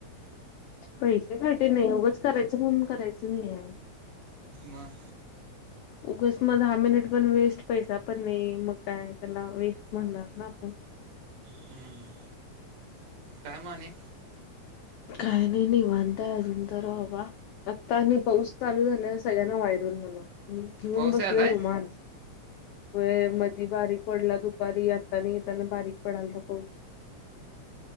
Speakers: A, on the left; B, on the right.
A: पैसेसाठी नाही उगंच. करायचं म्हणून करायचं नाही आहे.
B: मग.
A: उगच मग दहा मिनिट पण वेस्ट पैसा पण नाही मग काय त्याला वेस्ट म्हणणार ना आपण. <unintelligible>
B: हम्म. काय मग आणि.
A: काय नाही निवांत अजून तर बाबा आता आणि पाऊस चालू झालेवर सगळ्यांना वायर हो. णा मी घेऊन
B: पाऊस
A: बसलोय
B: आलाय
A: रुमाल. व मधी बारीक पडला दुपारी आतानी. त्यांना बारीक पडालचा पाऊस.